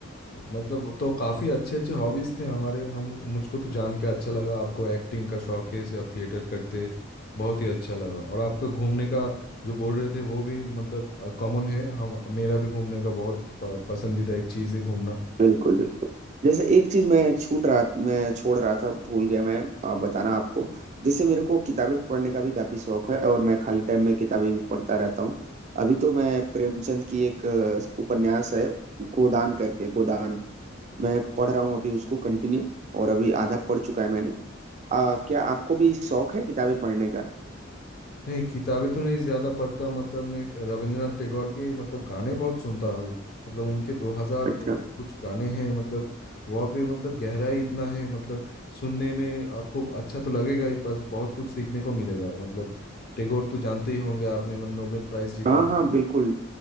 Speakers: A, on the left; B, on the right.
A: मतलब तो काफ़ी अच्छे अच्छे हॉबीज़ थे हमारे हम मुझको तो जान के अच्छा लगा आपको एक्टिंग का शौक है इसे आप थिएटर करते बहुत ही अच्छा लगा और आपका घूमने का जो बोल रहे थे वो भी मतलब कॉमन है हम मेरा भी घूमने का बहुत प- पसंदीदा एक चीज़ है घूमना
B: बिल्कुल बिल्कुल जैसे एक चीज मैं छूट रहा मैं छोड़ रहा था भूल गया मैं आ, बताना आपको जैसे मेरे को किताबें पढ़ने का भी काफी शौक है और मैं खाली टाइम में किताबें भी पढ़ता रहता हूँ अभी तो मैं प्रेमचंद की एक अ, उपन्यास है गोदान करके गोदान मैं पढ़ रहा हूँ अभी उसको कंटिन्यू और अभी आधा पढ़ चुका है मैंने आ, क्या आपको भी शौक है किताबें पढ़ने का
A: नहीं किताबें तो नहीं ज़्यादा पढ़ता मतलब मैं रविंद्रनाथ टैगोर के मतलब गाने बहुत सुनता हूँ मतलब उनके 2000
B: अच्छा
A: ग- कुछ गाने हैं मतलब वहाँ पे मतलब गहराई इतना है मतलब सुनने में आपको अच्छा तो लगेगा ही पर बहुत कुछ सीखने को मिलेगा मतलब टैगोर तो जानते ही होंगे आपने मतलब नोबेल प्राइज जीता
B: हाँ
A: था
B: हाँ बिल्कुल